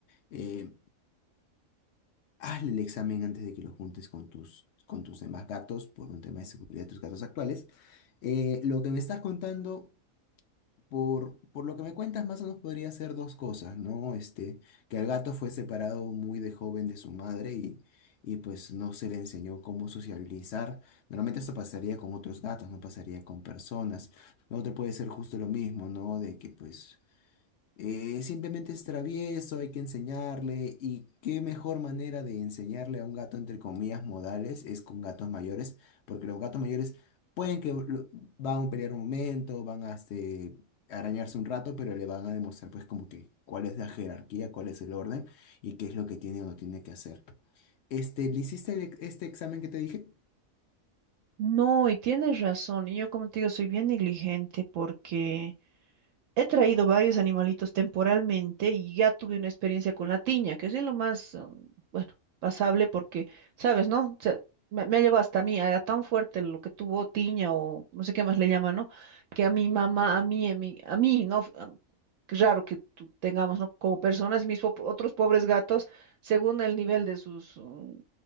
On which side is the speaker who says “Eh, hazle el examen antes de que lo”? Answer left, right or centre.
Left